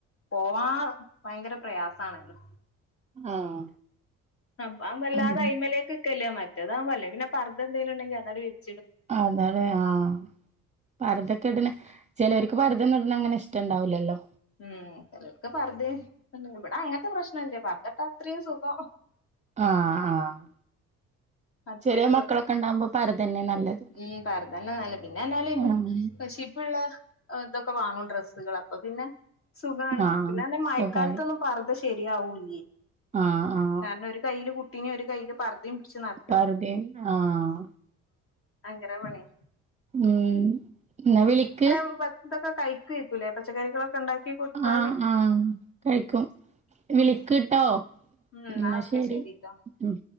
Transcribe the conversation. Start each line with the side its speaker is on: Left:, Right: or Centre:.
Left: പോവാൻ ഭയങ്കര പ്രയാസാണല്ലോ
Right: ആഹ്
Left: അപ്പ വല്ലാതെ
Right: ഉം
Left: അയമെക്ക് നിക്കലില്ല മറ്റേത് ആകുമ്പോ അല്ലെ പിന്നെ പർദ്ദ എന്തെങ്കിലും ഉണ്ടങ്കിൽ അതായിട്ട്
Right: അതല്ലേ ആഹ് പർദ്ദ യൊക്കെ ഇടുന്ന ചിലവർക്ക് പർദ്ദ യൊന്നും ഇടുന്നെ അങ്ങനെ ഇഷ്ടണ്ടാവില്ലല്ലോ
Left: ഉം ചിലർക്ക് പറുദ്ദേം ഇവിടെ അങ്ങനത്തെ പ്രശ്നല്ല പർദ്ദ ഇട്ട അത്രയും സുഖം
Right: ആഹ് ആഹ്
Left: <inaudible> അത്രേയുള്ളൂ
Right: ചെറിയ മക്കളൊക്കെ ഇണ്ടാവുമ്പോ പർദ്ദന്നെ നല്ലത്.
Left: ഉം പർദ്ദ തന്ന നല്ലത് <unintelligible>
Right: ആഹ്
Left: കഷിപ്പുള്ള ഇതൊക്കെ വാങ്ങും ഡ്രെസ്സുകൾ അപ്പൊ പിന്നെ സുഖാണ്
Right: ആഹ്
Left: പിന്നെന്ന മയക്കാലത്തൊന്നും
Right: സുഖായി
Left: പർദ്ദ ശരിയാവൂല്ലേ
Right: ആഹ് ആഹ്
Left: കാരണം ഒരു കയ്യില് കുട്ടിന് ഒരു കയ്യില് പർദ്ദയും പിടച്ച് നട
Right: പർദ്ദയിം ആഹ്
Left: ഭയങ്കര പണിയാ
Right: ഉം ഇന്ന വിളിക്ക്
Left: ഇപ്പ ഇതൊക്കെ കഴിക്കേയ്കുലെ പച്ചക്കറികളൊക്കെ ഉണ്ടാക്കി കൊടുത്താല്
Right: ആഹ് ആഹ് കഴിക്കും വിളിക്കുട്ടോ
Left: ഉം ന്നാ
Right: എന്ന
Left: ഒക്കെ
Right: ശരി
Left: ശരിട്ടോ
Right: ഉം